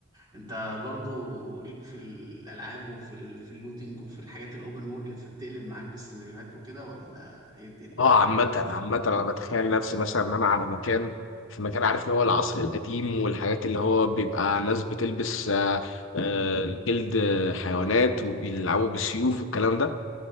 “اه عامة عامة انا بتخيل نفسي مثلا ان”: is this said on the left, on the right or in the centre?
Left